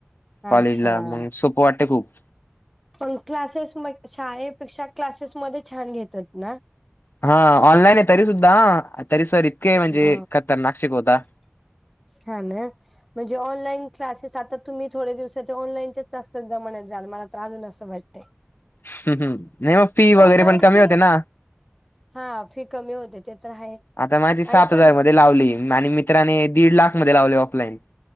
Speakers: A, on the left; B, in the centre.
A: कॉलेज
B: अच्छा.
A: ला मग सोपं वाटते खूप
B: पण शाळेपेक्षा क्लासेसमध्येध्ये छान घेतात ना
A: हा ऑनलाईन आहे तरी सुद्धा तरी सर इतके म्हणजे
B: ब
A: खतरनाक शिकवतात.
B: हा ना! म्हणजे ऑनलाईन क्लासेस आता तुम्ही थोडे्या दिवसात ते ऑनलाईनच जास्त जमण्यातत जाल मला तर अजून असं वाटतं‌.
A: ह् हम् नाही मग फी वगैरे
B: कारण
A: पण कमी
B: की
A: होते ना
B: हा फी कमी होते ते तर आहे.
A: आता माझी सात
B: आणि पण
A: हजार मध्ये लावली, आणि मित्राने दीड लाख मध्ये लावले ऑफलाईन